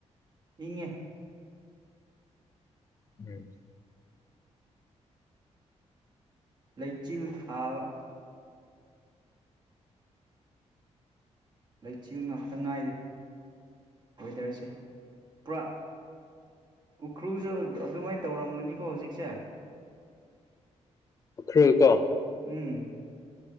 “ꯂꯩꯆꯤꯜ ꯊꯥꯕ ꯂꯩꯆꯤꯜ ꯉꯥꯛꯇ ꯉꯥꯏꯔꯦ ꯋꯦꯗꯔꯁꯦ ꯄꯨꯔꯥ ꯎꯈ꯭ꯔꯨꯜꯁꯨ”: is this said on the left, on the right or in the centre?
Right